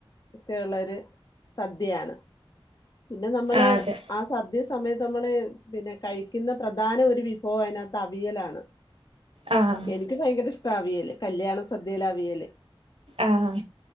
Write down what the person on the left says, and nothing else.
ഒക്കെയള്ളരു സദ്യയാണ് പിന്നെ നമ്മള്
ആ സദ്യ സമയത്ത് നമ്മള് പിന്നെ കഴിക്കുന്ന പ്രധാന ഒരു വിഭവം അതിനകത്ത് അവിയലാണ്
എനിക്ക് ഭയങ്കര ഇഷ്ട <unintelligible> കല്യാണ സദ്യയിലെ അവിയല്